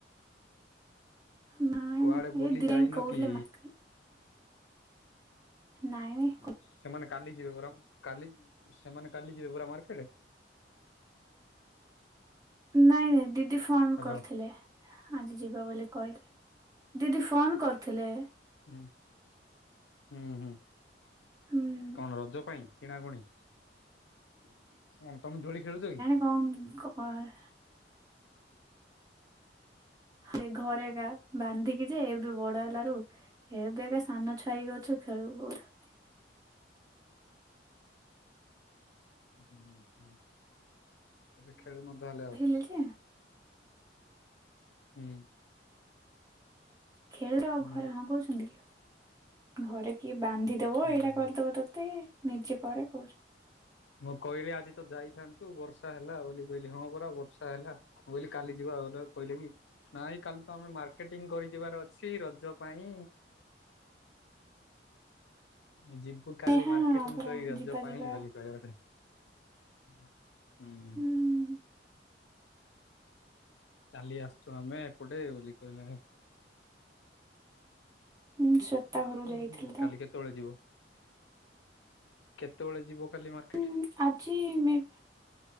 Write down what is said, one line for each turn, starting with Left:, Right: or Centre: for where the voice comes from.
Right: ନାଇଁ
Left: କୁଆଡେ
Right: ନାଇଁ
Left: ବୁଲି
Right: ଏ ଦିଦି
Left: ଯାଇନ
Right: କହୁଥିଲେ
Left: କି
Right: ମତେ ନାଇଁ ନାଇ
Left: ସେମାନେ କାଲି ଯିବେ ପୁର କାଲି ସେମାନେ କାଲି ଯିବେ ପୁର ମାର୍କେଟ
Right: ନାଇଁ ନାଇଁ ଦିଦି ଫୋନ୍
Left: ହ୍ୟାଲୋ
Right: କରିଥିଲେ ଆଜି ଯିବା ବୋଲି କହିଲେ ଦିଦି ଫୋନ କରିଥିଲେ
Left: ହୁଁ ହୁଁ ହୁଁ
Right: ହୁଁ
Left: କଣ ରଜ ପାଇଁ କିଣାକୁଣି କଣ ତମେ ଦୋଳି ଖେଳୁଛ କି
Right: କଂକର୍ ସେ ଘରେ ଏକା ବାନ୍ଧିକି ଯେ ଏବେ ବଡ ହେଲାରୁ ଏବେ ଏକ ସାନ ଛୁଆ ହେଇ ଅଛ ଖେଳି <unintelligible>
Left: ହୁଁ ହୁଁ ହୁଁ ଏବେ ଖେଳୁନ ତାହଲେ ଆଉ
Right: ଥିଲି ଯେ
Left: ହୁଁ
Right: ଖେଳିଲ ଆଉ
Left: ମୁଁ
Right: ଘରେ ହଁ କହୁଛନ୍ତି କି ଆଉ ଘରେ କିଏ ବାନ୍ଧି ଦେବ
Left: ହୁଁ
Right: ଏଇଟା କରିଦବ ତୋତେ ନିଜେ କରେ କହୁଛ
Left: ମୁଁ କହିଲି ଆଜି ତ ଯାଇଥାନ୍ତୁ ବର୍ଷା ହେଲା ବୋଲି କହିଲି ହଁ ପରା ବର୍ଷା ହେଲା ମୁଁ କହିଲି କାଲି ଯିବା ଆଉ <unintelligible> କହିଲେ କି ନାଇଁ କାଲି ତ ଆମେ ମାର୍କେଟିଂ କରି ଯିବାର ଅଛି ରଜ ପାଇଁ ଆମେ ଯିବୁ କାଲି
Right: ହଁ
Left: ମାର୍କେଟିଂ
Right: ପରା
Left: କରି ରଜ
Right: ଯିବା
Left: ପାଇଁ
Right: ଯିବା
Left: ବୋଲି କ <unintelligible> ଗଟେ ହୁଁ ହୁଁ
Right: ହୁଁ
Left: ଚାଲି ଆସିୁଛୁ ଆମେ ଏପଟେ ବୋଲି କହିଲେ
Right: ହୁଁ ଶ୍ଵେତା
Left: ହୁଁ
Right: ଘରକୁ ଯାଇଥିଲି
Left: ହୁଁ
Right: ତ
Left: କାଲି କେ ବେଳେ ଯିବ କେତେବେଳେ ଯିବ କାଲି ମାର୍କେଟ
Right: ହୁଁ ଆଜି ମେ ବି